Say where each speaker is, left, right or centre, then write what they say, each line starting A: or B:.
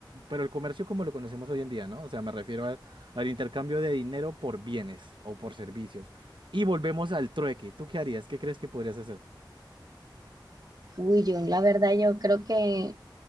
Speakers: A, on the right; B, on the right.
A: pero el comercio como lo conocemos hoy en día, ¿no? O sea, me refiero a- al intercambio de dinero por bienes o por servicios. Y volvemos al trueque. ¿Tú qué harías? ¿Qué crees que podrías hacer?
B: Uy, yo, la verdad, yo creo que